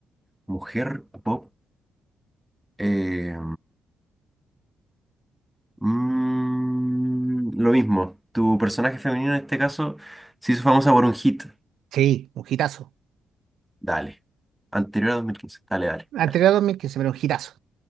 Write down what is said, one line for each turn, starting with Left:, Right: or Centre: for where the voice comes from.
Centre: mujer pop. eh, mm, lo mismo, tu personaje femenino en este caso se hizo famosa por un hit.
Right: Sí, un hitazo.
Centre: Dale. Anterior a 2015. Dale, dale,
Right: Anterior
Centre: dale.
Right: a 2015, pero un hitazo.